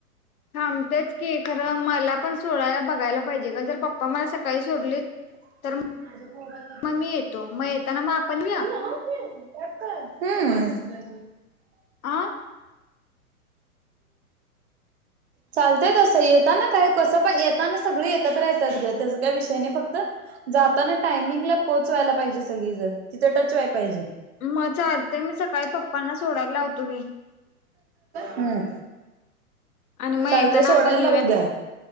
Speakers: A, on the left; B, on the right.
A: थांबतेच की खरं मला पण सोडायला बघायला पाहिजे गं जर पप्पा मला सकाळी सोडलीत
B: माझ्या
A: तर
B: मोबाईल
A: मग मी येतो मग
B: वरन्
A: येताना मग आपण येऊया
B: बघ <inaudible> हम्
A: आं
B: चालतय तसं येताना काय कसं पण येताना सगळे एकत्र येतात ग त्याच काय विषयने फक्त जाताना टायमिंगला पोहोचवायला पाहिजे सगळे जण तिथं टच व्हाया पाहिजे
A: म चालत मी सकाळी पप्पांना सोडायला लावतो की
B: ह
A: आणि मग
B: चालतय
A: येताना
B: सोडायला
A: आपण येऊया
B: लावू उद्या